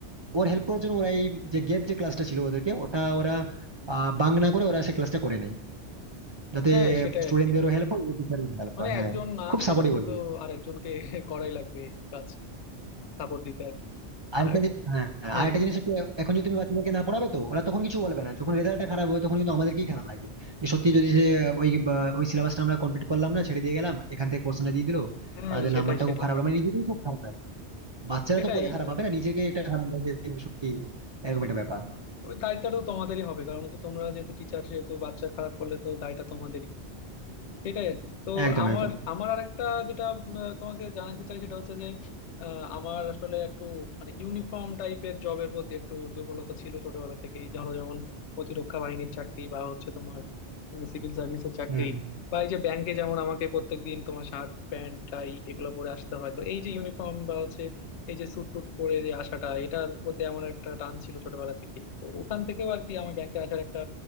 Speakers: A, on the right; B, on the left.
A: ওর হেল্প করার জন্য ওরা এই যে গ্যাপ যে ক্লাসটা ছিল ওদেরকে ওটা ওরা আহ বাং না করে ওরা সেই ক্লাসটা করে নেয় যাতে
B: হ্যাঁ সেটাই
A: স্টুডেন্টদেরও
B: আর কি
A: হেল্প হয় টিচারেরও হেল্প
B: মানে
A: হয় হ্যাঁ
B: একজন না
A: খুব
B: আসলে
A: সাপোর্টিভ
B: তখন
A: বলতে
B: তো
A: হবে।
B: আর একজনকে <laughs> করাই লাগবে এই কাজ সাপোর্ট দিতে আর কি
A: আরেকটা
B: আর
A: যে- হ্যাঁ হ্যাঁ,
B: হ্যাঁ
A: আরেকটা জিনিস হচ্ছে এখন যদি তুমি বাচ্চাদেরকে না পড়াবে তো ওরা তখন কিছু বলবে না যখন রেজাল্টটা খারাপ হবে তখন কিন্তু আমাদেরকেই খারাপ লাগবে যে সত্যি যদি সে ওই বা, ওই সিলেবাসটা আমরা কমপ্লিট করলাম না ছেড়ে দিয়ে গেলাম এখান থেকে কোশ্চেনটা দিয়ে দিলো
B: হ্যাঁ
A: ওদের
B: সেটাই
A: নাম্বারটা
B: সেটাই
A: খুব খারাপ হলো। মানে নিজেকেই খুব খারাপ লাগে বাচ্চারা
B: সেটাই
A: তো পরে খারাপ
B: আর
A: হবে
B: কি
A: না নিজেকে একটা খারাপ লাগবে যে সত্যি এরকম একটা ব্যাপার
B: ওই দায়িত্বটা তো তোমাদেরই হবে কারণ হচ্ছে তোমরা যেহেতু টিচার যেহেতু বাচ্চা খারাপ করলে তো দায়টা তোমাদেরই সেটাই আর কি তো
A: একদম
B: আমার
A: একদম
B: আমার আরেকটা যেটা উম, আহ, তোমাকে জানাতে চাই সেটা হচ্ছে যে আহ, আমার আসলে একটু মানে ইউনিফর্ম টাইপের জবের প্রতি একটু দুর্বলতা ছিল ছোটবেলা থেকেই ধরো যেমন প্রতিরক্ষা বাহিনীর চাকরি বা হচ্ছে তোমার সিভিল সার্ভিসের চাকরি
A: হম
B: বা এই যে ব্যাংকে যেমন আমাকে প্রত্যেকদিন তোমার শার্ট প্যান্ট টাই এগুলো পরে আসতে হয় তো এই যে ইউনিফর্ম বা হচ্ছে এই যে স্যুট টুট পরে যে আসাটা এটার প্রতি আমার একটা টান ছিল ছোটবেলা থেকেই তো ওখান থেকেও আর কি আমি ব্যাংকে আসার একটা